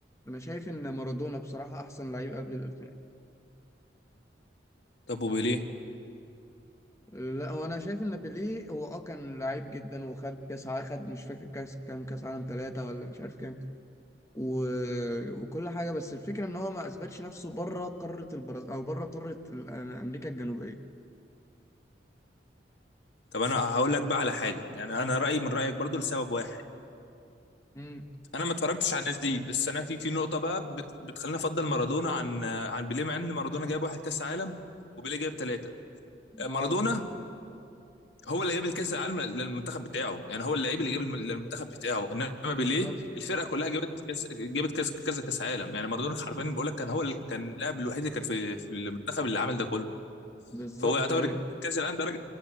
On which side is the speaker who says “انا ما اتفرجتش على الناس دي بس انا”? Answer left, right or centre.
Left